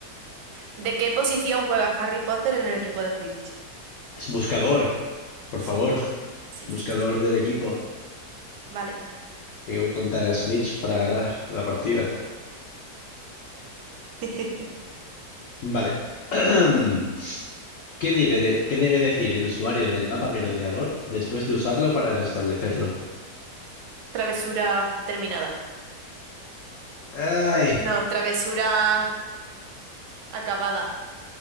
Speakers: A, on the right; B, on the left.
A: ¿De qué posición juega Harry Potter en el equipo de Quidditch?
B: Es buscador, por
A: Sí,
B: favor.
A: sí,
B: Es buscador
A: sí, sí,
B: del equipo.
A: vale.
B: Tengo que contar a Snitch para ganar la partida.
A: <laughs>
B: Vale. <clears throat> ¿Qué debe de- qué debe decir el usuario del mapa merodeador después de usarlo para restablecerlo?
A: Travesura terminada.
B: ¡Ay!
A: No, travesura acabada,